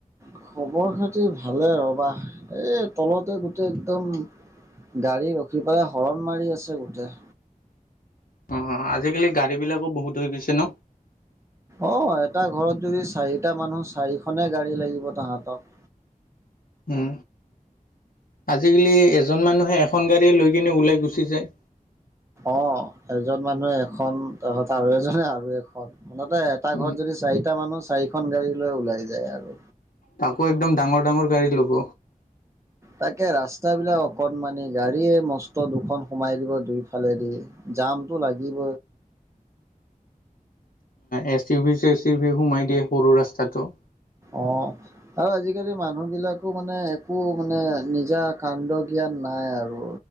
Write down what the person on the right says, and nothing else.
খবৰ খাতি ভালে ৰবা এই তলতে গোটেই একদম গাড়ী ৰখি পেলাই হৰণ মাৰি আছে গোটেই
অ এটা ঘৰত যদি চাৰিটা মানুহ চাৰিখনে গাড়ী লাগিব তাহাঁতক
অঁ এজন মানুহে এখন তহঁত আৰু এজনে আৰু এখন মুঠতে এটা
ঘৰত যদি চাৰিটা মানুহ চাৰিখন গাড়ী লৈ ওলাই যায় আৰু
তাকে ৰাস্তাবিলাক অকণমানি গাড়ীয়ে মষ্ট দুখন সোমাই দিব দুইফালেদি জামটো লাগিব
অঁ আৰু আজিকালি মানুহবিলাকো মানে একো মানে নিজা কাণ্ড জ্ঞান নাই আৰু